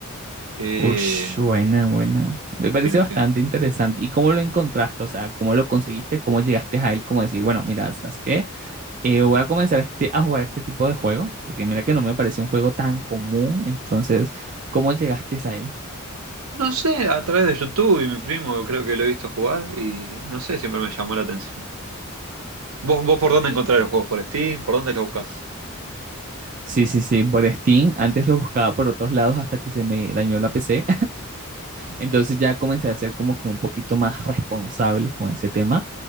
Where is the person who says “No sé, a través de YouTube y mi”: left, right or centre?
Right